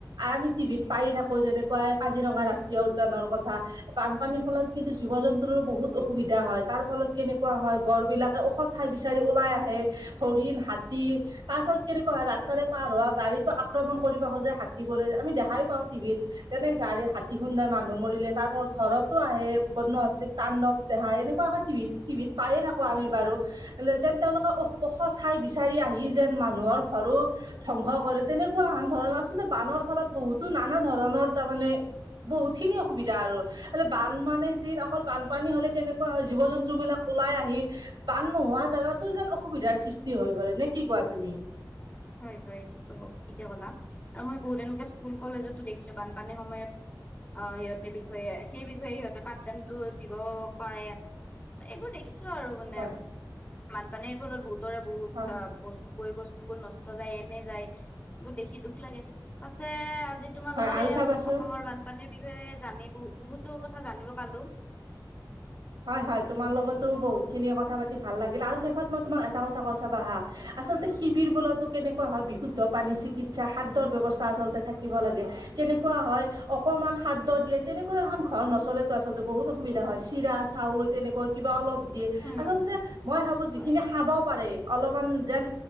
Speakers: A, on the right; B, on the left.
A: আমি টিভিত পাই থাকো যেনেকুৱা কাজিৰঙা ৰাষ্ট্ৰীয় উদ্যানৰ কথা বানপানীৰ ফলত কিন্তু জীৱ জন্তুৰো বহুত অসুবিধা হয় তাৰ ফলত কেনেকুৱা হয় গড় বিলাকে ওখ ঠাই বিচাৰি ওলাই আহে হৰিণ হাত তাৰপাত কেনেকুৱা হয় ৰাস্তাৰে পাৰ হোৱা গাড়ীতো আক্ৰমণ কৰিব খোজে হাতীবোৰে আমি দেখাই পাওঁ টিভিত যেনে গাড়ী হাতী খুন্দাই মানুহ মৰিলে তাৰপা ঘৰতো আহে বন্য হস্তিত তাণ্ডৱ দোই এনেকুৱে টিভিত টিভিত পায়ে থাকো
B: হয়
A: আমি
B: হয়
A: বাৰু যেন তেওঁলোক ওখ ঠাই বিচাৰি আহি যেন মানুহৰ ঘৰো ধ্বংস কৰে তেনেকুৱা আন ধৰণৰ আলতে বানৰ ফলত বহুতো নানা ধৰণৰ তাৰমানে বহুত খিনি অসুবিধা আৰু এ বান মানে যি অকল বানপানী হলে কেনেকুৱা হয় জীৱ জন্তু বিলাক ওলাই আহি বা নোহোৱা জেগাতো যেন অসুবিধাৰ সৃষ্টি হৈ পৰে নে কি কোৱা তুমি
B: হয় হয় এইটোতো হ ঠিকে ক'লা আৰু মই বহুত এনেকে স্কুল কলেজতো দেখিছো বানপানীৰ সময়ত অ সিহঁতেৰ বিষয়ে সেই বিষয়ে সিহঁতে পাঠদানটো দিব পাৰে। এইবোৰ দেখিছো আৰু মানে
A: হয়
B: বানপানীৰ ফলত বহুতৰে বহুত
A: হয়
B: ব ব বস্তু বোৰ নষ্ট য এনে যায় বোৰ দেখি দুখ লাগে। <unintelligible> পাছে আজি তোমালোকৰ
A: হয় আৰু
B: এই
A: চাবাচোন
B: অসমৰ বানপানীৰ বিষয়ে জানিব বহুতো। কথা জানিব পালো।
A: হয় হয় তোমাৰ লগতো বহুত খিনি কথা পাতি ভাল লাগিল আৰু শেষত মই তোমাক এটা কথা কৌ ছাবা হা আচলতে শিবিৰ বোলতো কেনেকুৱা হয় বিশুদ্ধ পানী চিকিৎসা খাদ্যৰ ব্যৱস্থা আচলতে থাকিব লাগে। কেনেকুৱা হয় অকণমান খাদ্য দিয়ে তেনেকুৱা এখন ঘৰ নচলেতো আচলতে বহুত অসুবিধা হয় চিৰা। চাউল তেনেকুৱা কিবা অলপ দিয়ে
B: উম
A: আচলতে মই ভাবো যিখিনি
B: হয়
A: খাব পাৰে অলপ যেন